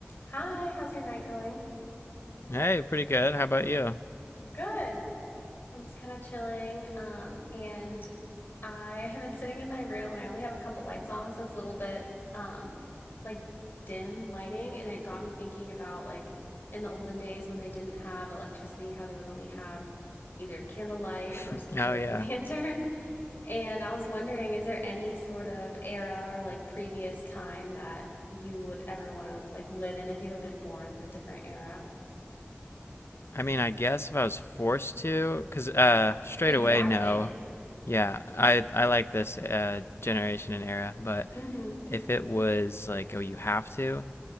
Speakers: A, on the left; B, on the left.
A: Hi, how's your night going?
B: Hey, pretty good. How about you?
A: Good. I'm just kind of chilling. Um, and I <laughs> have been sitting in my room and I only have a couple lights on, so it's a little bit um like dim lighting, and it got me thinking about like in the olden days when they didn't have electricity, how they would only have either candlelight
B: <laughs>
A: or some sort
B: Oh
A: of
B: yeah.
A: <laughs> lantern. And I was wondering, is there any sort of era or like previous time that you would ever want to like live in if you had been born in a different era?
B: I mean, I guess if I was forced to, 'cause uh straight
A: Exactly.
B: away no. Yeah, I I like this uh generation and era, but
A: hmm
B: if it was like, oh, you have to,